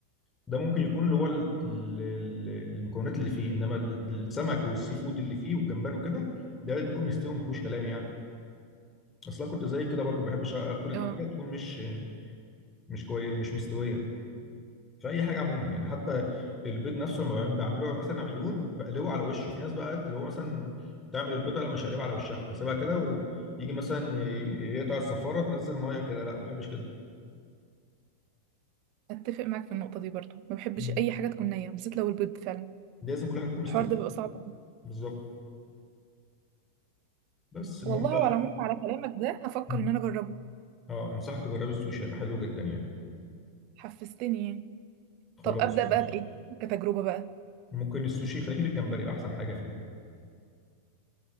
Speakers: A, on the left; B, on the right.
A: ده ممكن يكون اللي هو ال- ال- المكونات اللي فيه انما ال- السمك والسي فود اللي فيه والجمبري وكده ده بيكون مستوي ما فيهوش كلام يعني اصلا كنت زي كده برضو ما بحبش اكل الحاجه
B: اه
A: تكون مش مش كويس مش مستويه في اي حاجه عموما يعني حتى البيض نفسه لما بعمل- بعمله مثلا عيون بقلبه على وشه في ناس بقى اللي هو مثلا تعمل البيضه لا مش هقلبها على وشها هسيبها كده ويجي مثلا ي- يقطع الصفاره تنزل ميه كده لا ما بحبش كده
B: اتفق معاك في النقطة دي برضو ما بحبش
A: مم.
B: اي حاجة تكون نية بالذات لو البيض فعلا
A: لازم كل حاجه تكون مستويه
B: الحوار ده بيبقى صعب
A: بالظبط بس المهم
B: والله
A: بقى
B: على العموم على كلامك ده هفكر
A: مم.
B: ان انا اجربه
A: اه انصحك تجربي السوشي هيبقى حلو جدا يعني
B: حفزتني يعني
A: خلاص
B: طب ابدا
A: ماشي.
B: بقى بايه كتجربه بقى
A: ممكن السوشي خليكي في الجمبري احسن حاجه فيه